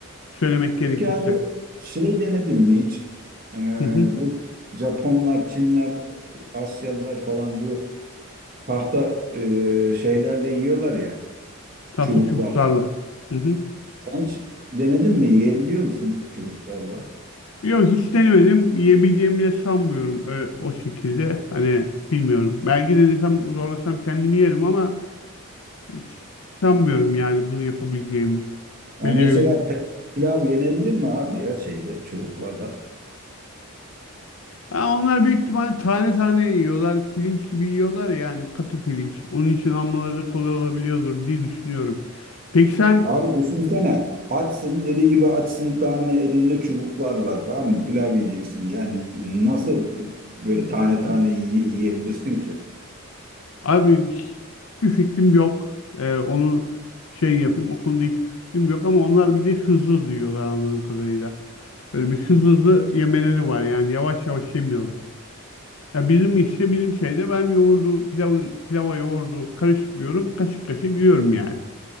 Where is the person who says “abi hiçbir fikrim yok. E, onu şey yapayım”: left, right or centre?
Left